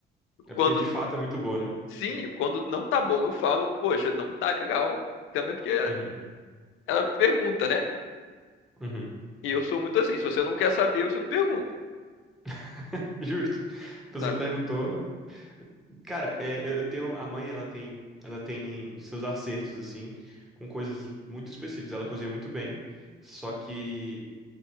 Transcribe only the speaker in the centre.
É
porque de fato é muito boa, né?
Uhum.
Uhum.
<laughs> Justo. A pessoa
perguntou. Cara, é, eu eu tenho a mãe, ela tem, ela tem seus acertos assim, com coisas muito específicas. Ela cozinha muito bem, só que